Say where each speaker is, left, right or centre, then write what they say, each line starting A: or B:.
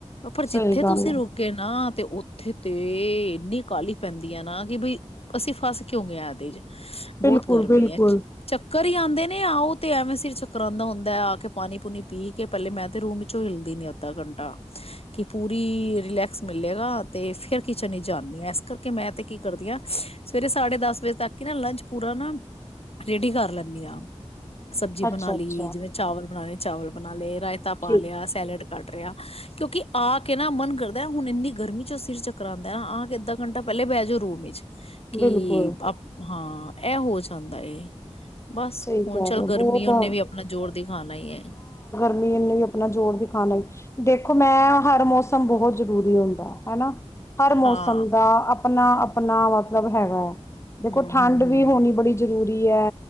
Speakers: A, on the left; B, on the left.
A: ਪਰ
B: ਸਹੀ
A: ਜਿੱਥੇ
B: ਗੱਲ
A: ਤੁਸੀਂ
B: ਹੈ।
A: ਰੁਕੇ ਨਾ ਤੇ ਉੱਥੇ ਤੇ, ਇੰਨੀ ਕਾਹਲੀ ਪੈਂਦੀ ਆ ਨਾ ਕਿ ਬਈ, ਅਸੀਂ ਫਸ ਕਿਉਂ ਗਏ ਇਹਦੇ ਚ
B: ਬਿਲਕੁਲ-ਬਿਲਕੁਲ।
A: ਬਹੁਤ ਗਰਮੀ ਹੈ। ਚ ਘਰ ਆਉਂਦੇ ਨੇ ਆ ਉਹ ਤੇ ਐਵੇਂ ਸਿਰ ਚੱਕਰ ਆਉਂਦਾ ਹੁੰਦਾ ਹੈ ਆ ਕੇ ਪਾਣੀ ਪੂਣੀ ਪੀ ਕੇ ਪਹਿਲੇ ਮੈਂ ਤੇ ਰੂਮ ਵਿਚੋਂ ਹਿਲਦੀ ਨ ਅੱਧਾ ਘੰਟਾ ਕਿ ਪੂਰੀ ਰਿਲੈਕਸ ਮਿਲਲੇਗਾ ਤੇ ਫਿਰ ਕਿਚਨ ਹੀ ਜਾਂਦੀ ਆ ਇਸ ਕਰਕੇ ਮੈਂ ਤੇ ਕੀ ਕਰਦੀ ਆਾਂ ਸਵੇਰੇ ਸਾਢੇ ਦਸ ਵਜੇ ਤੱਕ ਕੀ ਨਾ ਲੰਚ ਪੂਰਾ ਨਾ ਰੇਡੀ ਕਰ ਲੈਂਦੀ ਆ। ਸਬਜ਼ੀ ਬਣਾ
B: ਅੱਛਾ-ਅੱਛਾ,
A: ਲਈ, ਜਿਵੇਂ ਚਾਵਲ ਬਣਾਣੇ ਚਾਵਲ ਬਣਾ ਲੇ। ਰਾਇਤਾ ਪਾ
B: ਠੀਕ
A: ਲਿਆ। ਸੈਲਡ ਕੱਟ, ਰਿਹਾ ਕਿਉਂਕਿ ਆ ਕੇ ਨਾ ਮਨ ਕਰਦਾ ਹੁਣ ਇੰਨੀ ਗਰਮੀ ਚ ਉਹ ਸਿਰ ਚੱਕਰ ਆਉਂਦਾ ਨਾ ਆ ਕੇ ਅੱਧਾ ਘੰਟਾ ਪਹਿਲੇ ਬਹਿ ਜਾਓ ਰੂਮ ਵਿੱਚ। ਕਿ
B: ਬਿਲਕੁਲ
A: ਆਪ ਹਾਂ, ਇਹ ਹੋ ਜਾਂਦਾ ਏ - ਬਸ,
B: ਸਹੀ ਕਹਿ
A: ਹੁਣ ਚੱਲ
B: ਰਹੇ
A: ਗਰਮੀ
B: ਹੋ ਬਹੁਤ
A: ਉਹਨੇ ਵੀ ਆਪਣਾ ਜ਼ੋਰ ਦਿਖਾਣਾ ਹੈ।
B: ਇਹਨੂੰ ਵੀ ਆਪਣਾ ਜ਼ ਜੋਰ ਦਿਖਾਉਣਾ ਦੇਖੋ ਮੈਂ, ਹਰ ਮੌਸਮ ਬਹੁਤ ਜ਼ਰੂਰੀ ਹੁੰਦਾ। ਹਨਾ, ਹਰ ਮੌਸਮ
A: ਹਾਂ
B: ਦਾ - ਆਪਣਾ- ਆਪਣਾ ਮਤਲਬ ਹੈਗਾ ਹੈ। ਦੇਖੋ
A: ਹੂੰ
B: ਠੰਡ
A: ਹੂੰ ਹੂੰ
B: ਵੀ ਹੋਣੀ ਬੜੀ ਜ ਜ਼ਰੂਰੀ ਹੈ।